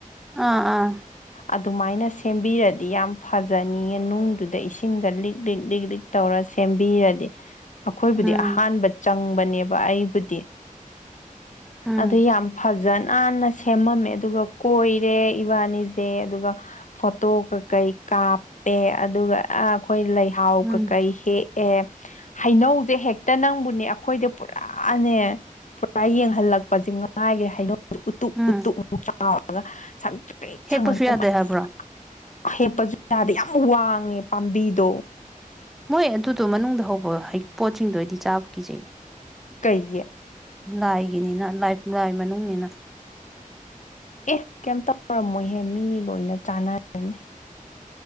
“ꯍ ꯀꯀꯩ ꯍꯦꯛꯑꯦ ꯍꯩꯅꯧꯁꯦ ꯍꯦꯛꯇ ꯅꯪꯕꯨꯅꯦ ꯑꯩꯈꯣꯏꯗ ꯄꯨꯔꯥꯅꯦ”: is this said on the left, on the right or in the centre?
Left